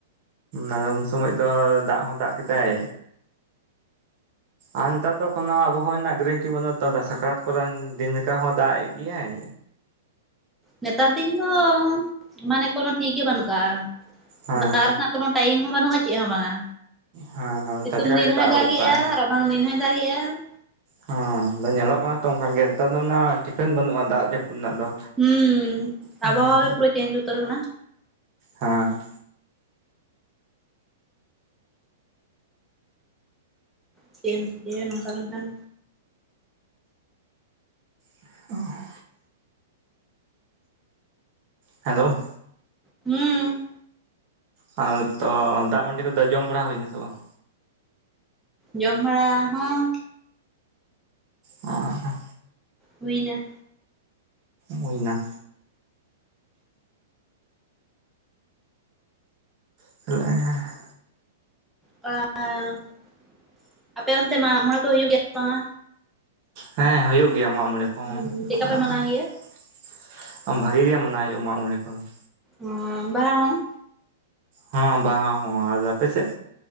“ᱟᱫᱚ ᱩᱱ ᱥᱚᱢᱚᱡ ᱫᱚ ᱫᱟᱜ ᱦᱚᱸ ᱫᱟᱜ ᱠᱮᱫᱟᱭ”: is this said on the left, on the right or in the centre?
Right